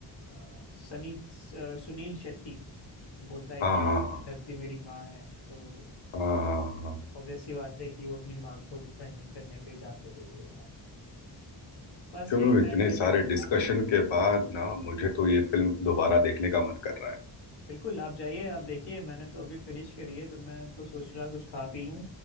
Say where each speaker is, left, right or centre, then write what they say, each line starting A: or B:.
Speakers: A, on the left; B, on the left.
A: अ, सनी अ, सुनील शेट्टी वो बोलता है कि
B: हाँ हाँ हाँ
A: धरती मेरी माँ है तो
B: हाँ हाँ हाँ
A: ऑब्वियस सी बात है कि वो अपनी माँ को डिफेंड करने के लिए जाते तो हीरो बस
B: चलो
A: यही
B: इतने
A: बैठ के
B: सारे
A: मैं देखता
B: डिस्कशन के बाद ना मुझे तो ये फिल्म दोबारा देखने का मन कर रहा है
A: बिल्कुल आप जाइए आप देखिए मैंने तो अभी फिनिश करी है तो मैं तो सोच रहा कुछ खा पी लूँ